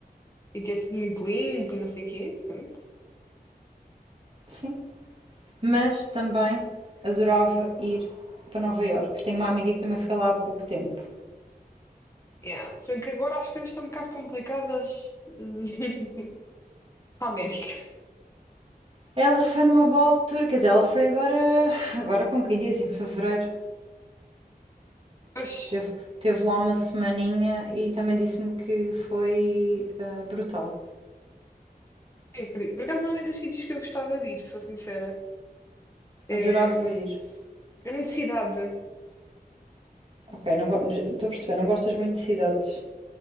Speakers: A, on the left; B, on the right.
A: e que é tudo muito limpo e não sei o quê. Pronto.
B: sim. Mas também adorava ir para Nova Iorque. Tenho uma amiga que também foi lá há pouco tempo.
A: Yeah. Se bem que agora as coisas estão um bocado complicadas <laughs> para a América.
B: Ela foi numa boa altura, quer dizer, ela foi agora, agora como quem diz, em fevereiro.
A: Mas
B: Teve, teve lá uma semaninha e também disse-me que foi ah, brutal.
A: eu acredito. Por acaso não é dos sítios que eu gostava de ir, sou sincera. É,
B: Adorava ir.
A: é muito cidade.
B: Ok, não go- estou a perceber, não gostas muito de cidades